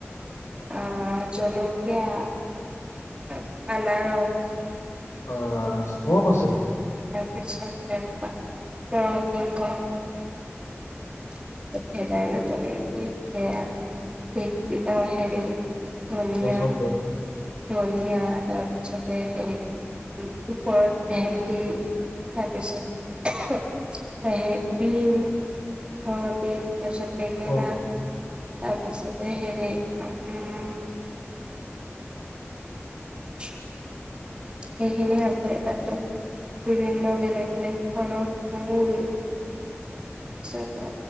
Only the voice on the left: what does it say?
বা
বা চব আছে দেখোন।
পচন্দ
অ'